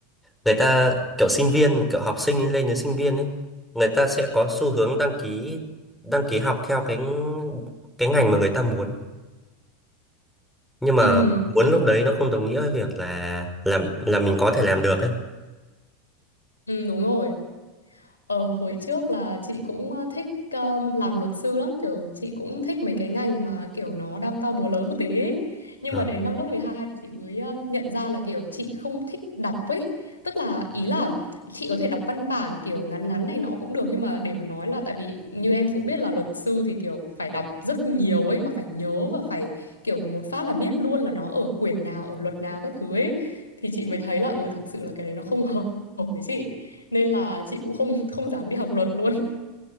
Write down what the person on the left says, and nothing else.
ừ,
đúng,
ừ, đúng rồi. Ờ, hồi trước là chị cũng ờ, thích um, làm luật sư lắm kiểu chị cũng thích mấy cái ngành mà kiểu nó đao to búa lớn một tí ấy. Nhưng
mà đến năm lớp 12 thì chị mới um, nhận ra là kiểu chị không thích đọc ấy tức là ý là chị có thể đọc văn bản kiểu ngắn ngắn này nọ cũng được nhưng mà để mà nói là tại vì như em cũng biết là luật sư thì kiểu phải đọc rất nhiều ấy mà phải nhớ và phải kiểu một phát là biết luôn là nó ở quyển nào ở luật nào các thứ ấy thì chị mới thấy là ừ thực sự là cái đấy nó không <laughs> hợp hợp với chị nên là chị cũng không không dám đi học luật luôn.